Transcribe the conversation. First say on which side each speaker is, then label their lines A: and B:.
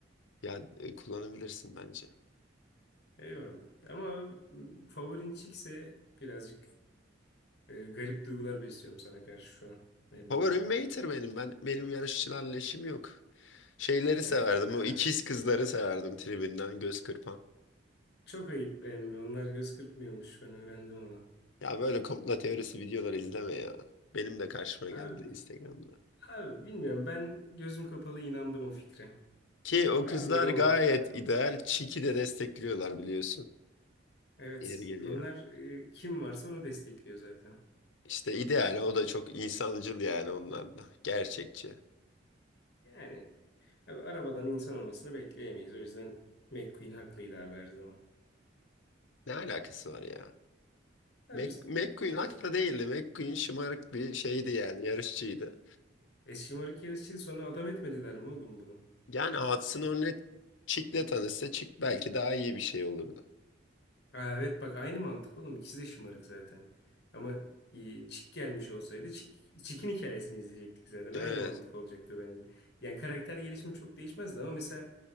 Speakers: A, on the left (about 70°); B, on the left (about 55°).
A: Ya e, kullanabilirsin bence.
B: Eyvallah. Ama m, favorin Chick'se birazcık e, garip duygular besliyorum sana karşı şu an. Emmi.
A: Favorim Mater benim. Ben benim yarışçılarla işim yok. Şeyleri severdim.
B: Yap falan.
A: O ikiz
B: Ha.
A: kızları severdim tribünden göz kırpan.
B: Çok ayıp be emmi. Onlar göz kırpmıyormuş. Ben öğrendim onu.
A: Ya böyle komplo teorisi videoları izleme ya. Benim de karşıma
B: Abi,
A: geldi Instagram'da.
B: abi bilmiyorum. Ben gözüm kapalı inandım o fikre.
A: Ki o
B: Bence
A: kızlar
B: doğru.
A: gayet ideal. Çiki de destekliyorlar biliyorsun.
B: Evet.
A: Yeri geliyor.
B: Onlar e, kim varsa onu destekliyor zaten.
A: İşte ideal o da çok insancıl yani onlar da. Gerçekçi.
B: Yani. Abi arabadan insan olmasını bekleyemeyiz. O yüzden McQueen haklıydı abi her zaman.
A: Ne alakası var ya?
B: Abi
A: Mac
B: biz-
A: McQueen
B: yani
A: haklı değildi. McQueen şımarık bir şeydi yani yarışçıydı.
B: e, şımarık yarışçıydı sonra adam etmediler mi oğlum bunu?
A: Yani Hudson Hornet Chick'le tanışsa Chick belki daha iyi bir şey olurdu.
B: Aa, evet bak aynı mantık oğlum. İkisi de şımarık zaten. Ama e, Chick gelmiş olsaydı Chick, Chick'in hikayesini izleyecektik zaten.
A: Evet.
B: Aynı mantık olacaktı bence. Yani karakter gelişimi çok değişmezdi ama mesela